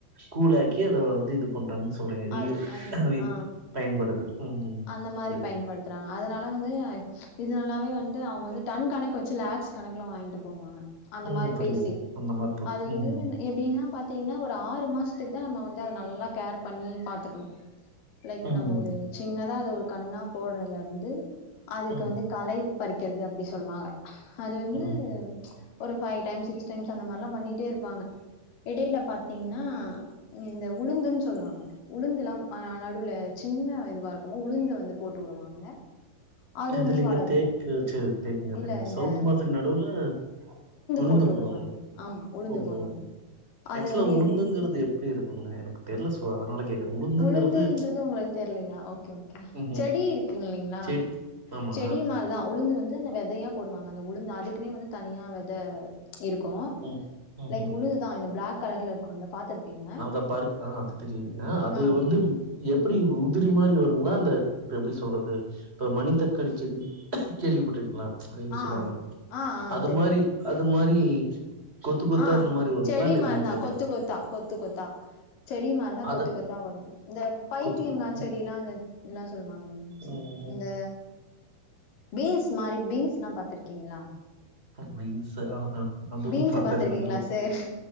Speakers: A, on the right (about 15°); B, on the left (about 60°).
A: கூழாக்கி அத வந்து இது பண்றாங்க சொல்றீங்க ரீ
B: அது
A: யூஸ்
B: அது
A: ரீ
B: ஆ
A: பயன்படுது ம்
B: அந்த மாரி
A: புரியுது
B: பயன்படுது த்துறாங்க அதுனால வந்து இது நல்லாவே வந்து அவுங்க வந்து டன் கணக்கு வச்சு லாக்ஸ் கணக்குல்லா வாங்கிட்டு போவாங்க அந்த
A: ம்
B: மாரி
A: புரியுது
B: பேசி
A: அந்த மாரிதா
B: அது வந்து
A: ம்
B: எப்டின்னா பாத்திங்னா ஒரு ஆறு மாஸ்துக்கு தா நம்ம வந்து அத நல்லா கேர் பண்ணி பாத்துக்கணு லைக்
A: ம்
B: நம்ம ஒரு சின்னதா அத ஒரு கண்ணா போட்றதுல இருந்து அதுக்கு
A: ம்
B: வந்து கலை பறிக்கிறது அப்டி சொல்லுவாங்க அது வந்து
A: ம்
B: ஒரு ஃபைவ் டைம்ஸ் சிக்ஸ் டைம்ஸ் அந்த மாரிலா பண்ணிட்டே இருப்பாங்க எடைல பாத்திங்னா இந்த உளுந்துன்னு சொல்வாங்க உளுந்துலா ஆ நடுவுல சின்ன இதுவா இருக்குமோ உளுந்த வந்து போட்டு வுடுவாங்க அதுவுமே
A: இதுலங்க
B: வளரு
A: தேக்கு வச்சு தேக்குங்கறே
B: இல்ல இந்த
A: சவுக்கு மரத்துக்கு நடுவுல உளுந்து
B: போட்டு
A: போடுவாங்ளோ
B: வுடுவாங்க ஆமா உளுந்து
A: ஓஹோ
B: போடுவாங்க அது
A: நெக்ஸ்ல
B: வந்து
A: உளுந்துங்கிறது
B: எப்டி
A: எ அப்டி இருக்குங்க எனக்கு தெர்ல சோ அதனால கேக்குறே உளுந்துங்கிறது
B: உளுந்துன்றது உங்ளுக் தெர்லயா ஓகே ஓகே
A: ம்ஹூம்
B: செடி இருக்குங்கில்லைங்ளா
A: செடி ஆமா
B: செடி மாரிதா உளுந்து வந்து அந்த வெதையா போடுவாங்க அந்த உளுந்து அதுக்குனே வந்து தனியா வெத இருக்கு
A: ம் ம்ஹூம்
B: லைக் உளுந்துதா இந்த பிளாக் கலர்ல இருக்குல பாத்துருப்பீங்க
A: இந்த பர்க் ஆ அது தெரியுதுங்க அது
B: ஆ
A: வந்து எப்டி உதிரி மாரி வருங்ளா இல்ல இப்ப எப்டி சொல்றது இப்ப மனித்தக்காளி செடி கேள்விப்பட்ருகிங்ளா அது எப்டி
B: ஆ
A: சொல்வாங்க
B: ஆ ஆ
A: அது
B: தெரியு
A: மாரி அது மாரி கொத்து கொத்தா
B: ஆ
A: இந்த மாரி வருங்ளா
B: செடி
A: இல்ல எப்டின்
B: மாரிதா
A: கேக்றே
B: கொத்து கொத்தா கொத்து கொத்தா செடி மாரிதா
A: அத
B: கொத்து கொத்தா வரு இந்த பைத்தியங்கா
A: கொத்துக்கு
B: செடிலா இந்த இன்ன சொல்வாங்க
A: ம்
B: இந்த பீன்ஸ் மாரி பீன்ஸ்லா பாத்ருக்கீங்ளா
A: பீன்ஸ்ஸு ஆ ஆ அதுவு
B: பீன்ஸ்
A: பாத்தலிங்க
B: பாத்திருக்கீங்களா
A: அந்தளவு
B: சேரி